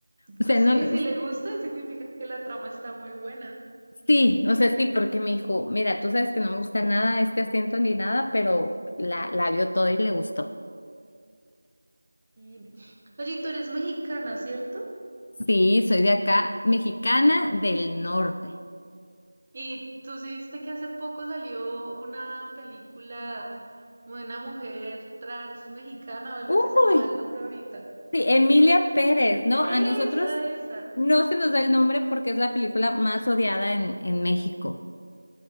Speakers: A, on the left; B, on the right.
A: O
B: Pues
A: sea, no
B: sí,
A: le
B: si
A: gusta
B: le gusta, significa que la trama está muy buena.
A: Sí, o sea, sí, porque me dijo, mira, tú sabes que no me gusta nada este acento ni nada, pero la, la vio toda y le gustó.
B: Y... Oye, tú eres mexicana, ¿cierto?
A: Sí, soy de acá, mexicana del norte.
B: Y tú sí viste que hace poco salió una película como de una mujer trans mexicana o algo
A: Uy,
B: así, se me va el nombre ahorita.
A: sí, Emilia Pérez, ¿no?
B: Esa,
A: A nosotros
B: esa.
A: no se nos da el nombre porque es la película más odiada en, en México.